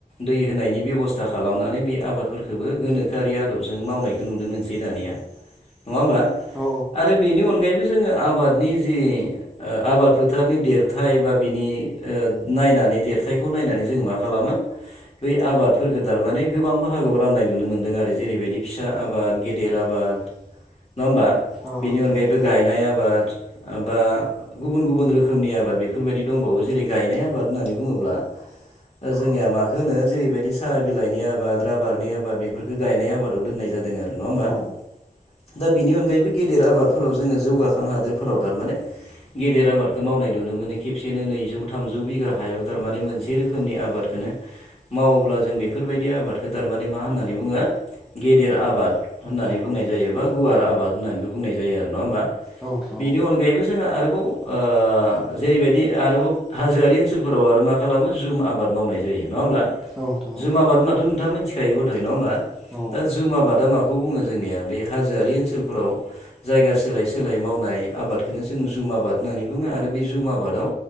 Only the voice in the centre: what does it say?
औ
औ
नोंथां
औ
औ
औ
औ
नोंथां औ
औ नोंथां
औ